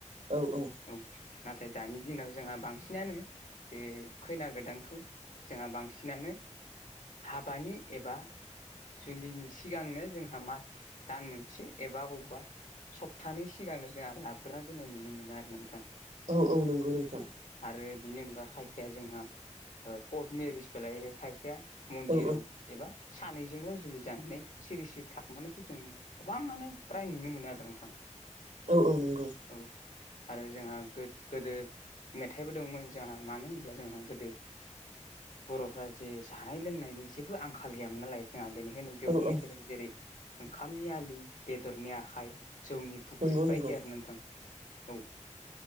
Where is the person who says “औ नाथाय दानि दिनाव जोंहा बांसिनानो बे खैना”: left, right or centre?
Left